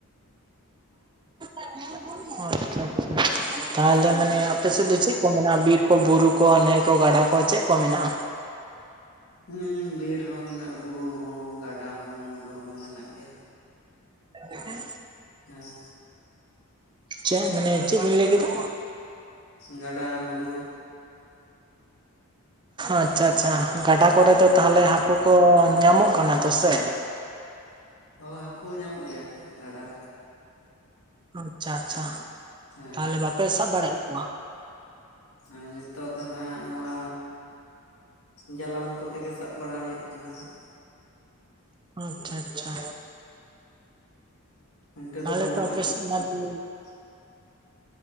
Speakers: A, on the right (about 20°); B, on the left (about 70°).
A: ᱟᱪᱪᱷᱟ ᱟᱪᱪᱷᱟ ᱛᱟᱦᱞᱮ
B: ᱦᱮᱸ
A: ᱢᱟᱱᱮ ᱟᱯᱮ ᱥᱮᱫ ᱫᱚ ᱪᱮᱫ ᱠᱚ ᱢᱮᱱᱟᱜ-ᱟ ᱵᱤᱨ ᱠᱚ ᱵᱩᱨᱩ ᱠᱚ ᱱᱟᱹᱭ ᱠᱚ ᱜᱟᱰᱟ ᱠᱚ ᱪᱮᱫ ᱠᱚ ᱢᱮᱱᱟᱜ-ᱟ
B: ᱦᱮᱸ ᱵᱤᱨ ᱦᱚᱸ ᱢᱮᱱᱟᱜ-ᱟ ᱵᱩᱨᱩ ᱦᱚᱸ ᱜᱟᱰᱟ ᱦᱚᱸ ᱢᱩᱸᱰᱩ ᱦᱚᱸ ᱢᱮᱱᱟᱜ ᱜᱮᱭᱟ
A: ᱞᱮᱠᱤᱱ
B: ᱦᱮᱸ
A: ᱪᱮᱫ ᱢᱟᱱᱮ ᱪᱮᱫ ᱵᱤᱱ ᱞᱟᱹᱭ ᱠᱮᱫᱟ
B: ᱜᱟᱰᱟ ᱢᱩᱸᱰᱩ
A: ᱟᱪᱪᱷᱟ ᱟᱪᱪᱷᱟ ᱜᱟᱰᱟ ᱠᱚᱨᱮ ᱫᱚ
B: ᱦᱮᱸ
A: ᱛᱟᱦᱚᱞᱮ ᱦᱟᱹᱠᱩ ᱠᱚ ᱧᱟᱢᱚᱜ ᱠᱟᱱᱟ ᱛᱚ ᱥᱮ
B: ᱦᱳᱭ ᱦᱟᱹᱠᱩ ᱧᱟᱢᱚᱜ ᱜᱮᱭᱟ ᱠᱚ ᱜᱟᱰᱟ ᱨᱮ
A: ᱟᱪᱪᱷᱟ ᱟᱪᱪᱷᱟ
B: ᱦᱮᱸ
A: ᱛᱟᱦᱚᱞᱮ ᱵᱟᱯᱮ ᱥᱟᱵ ᱵᱟᱲᱟ ᱮᱫ ᱠᱚᱣᱟ
B: ᱟᱨ ᱱᱤᱛᱚᱜ ᱫᱚ ᱱᱟᱦᱟᱜ ᱱᱚᱣᱟ ᱡᱟᱞᱟᱢ ᱠᱚᱛᱮ ᱜᱮ ᱥᱟᱵ ᱵᱟᱲᱟ ᱦᱩᱭᱩᱜ ᱠᱟᱱᱟ ᱱᱟᱦᱟᱜ
A: ᱟᱪᱪᱷᱟ ᱟᱪᱪᱷᱟ
B: ᱚᱱᱛᱮ
A: ᱟᱞᱮ
B: ᱵᱟᱹᱱᱩᱜᱼᱟ
A: ᱫᱚ ᱟᱯᱮ <unintelligible>
B: <unintelligible>